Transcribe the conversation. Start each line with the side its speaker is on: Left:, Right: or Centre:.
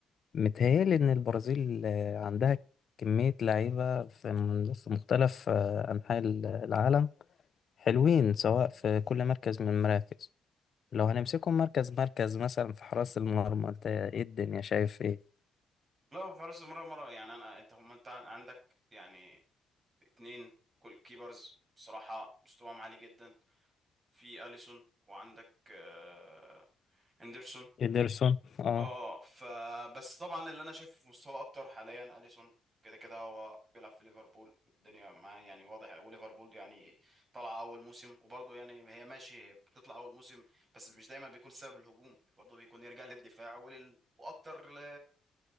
Left: متهيألي إن البرازيل آه، عندها كمية لعيبة في من- في مختلف آه، أنحاء ال- العالم حلوين سواء في كل مركز من المراكز لو هنمسكهم مركز مركز مثلا في حراسة المرمى أنت إيه الدنيا شايف إيه؟
Right: لا حراس مرة مرة يعني انا انت هم انت عن- عندك يعني اتنين كل كيبرز بصراحه مستواهم عالي جدا في اليسون وعندك آه، هندرسون
Left: إيدرسون اه
Right: اه فبس طبعا اللي انا شايفه في مستواه اكتر حاليا اليسون كده كده هو بيلعب في ليفربول الدنيا معاه يعني واضح وليفربول يعني طالعه اول موسم وبرضه يعني هي ماشي هي بتطلع اول موسم بس مش دايما بيكون سبب الهجوم برضه بيكون يرجع للدفاع ولل... واكتر ل...